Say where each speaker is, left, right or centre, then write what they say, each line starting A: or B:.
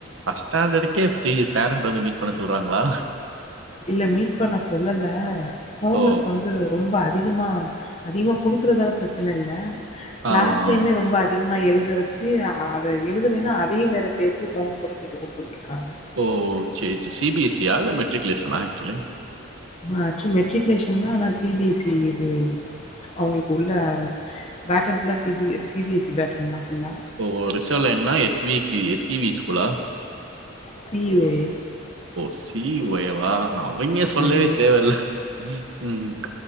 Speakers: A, on the right (about 70°); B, on the left (about 30°).
A: பஸ்ட் ஸ்டாண்டர்க்கே இப்டி பேரண்ட் வந்து மீட் பண்ண சொல்றாங்ளா
B: இல்ல மீட் பண்ண சொல்லல ஹோம்
A: ஓ!
B: ஒர்க் வந்து ரொம்ப அதிகமா அதிகமா குடுக்குறதால பிரச்சன இல்ல
A: ஆ,
B: கிளாஸ்லயுமே
A: ஆ.
B: ரொம்ப அதி அதிகமா எழுத வச்சு அத எழுதலனா அதையு வேற சேத்து ஹோம் ஓர்க்கூட சேத்து கொடுத்து விட்ருக்காங்க
A: ஓ சேரி சேரி சி பி எஸ் சியா இல்ல மெட்ரிகுலேஷனா ஆக்சுவலி
B: ஆக்சுவல் மெட்ரிகுலேஷன் தா ஆனா சி பி எஸ் சி இது அவுங்களுக்கு உள்ள பேட்டன் ஃபுல்லா C B S C C B S C பேட்டன்தா ஃபுல்லா
A: ஓ ரிசல் என்னா எஸ்விக்கி எஸ் இவி ஸ்கூலா
B: C E O A
A: O C E O ஏவா அவங்கே சொல்லவே
B: ம்
A: தேவ இல்ல ம்